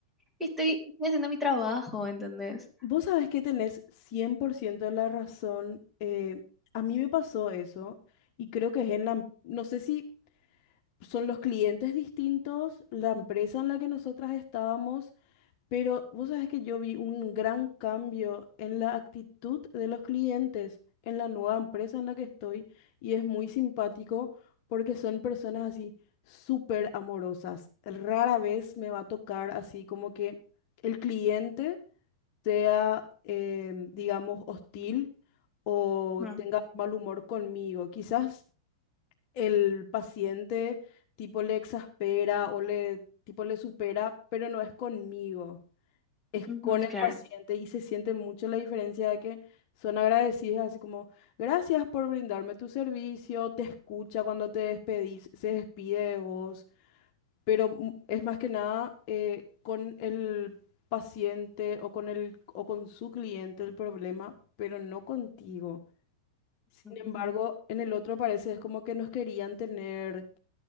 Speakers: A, in the centre; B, on the left.
A: Estoy, estoy haciendo mi trabajo, ¿entendés?
B: Vos sabés que tenés 100% de la razón. eh, a mí me pasó eso y creo que es en la, no sé si son los clientes distintos, la empresa en la que nosotras estábamos. Pero vos sabés que yo vi un gran cambio en la actitud de los clientes en la nueva empresa en la que estoy y es muy simpático porque son personas así súper amorosas. Rara vez me va a tocar así como que el cliente sea, em, digamos, hostil o
A: Ujú,
B: tenga mal humor conmigo. Quizás el paciente tipo le exaspera o le tipo le supera, pero no es conmigo es
A: ujú,
B: con el
A: claro.
B: paciente y se siente mucho la diferencia de que son agradecidas, así como, gracias por brindarme tu servicio, te escucha cuando te despedís, se despide de vos, pero mm, es más que nada eh, con el paciente o con el, o con su cliente el problema, pero no contigo. Sin embargo,
A: ujú,
B: en el otro parece es como que nos querían tener